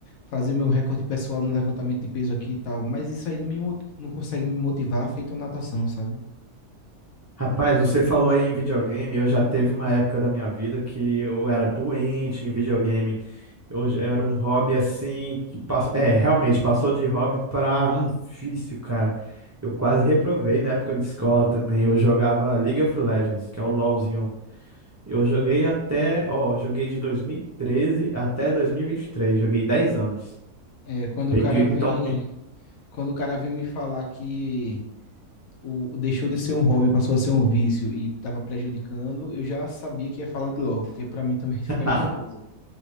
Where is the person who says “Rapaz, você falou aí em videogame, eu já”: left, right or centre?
Right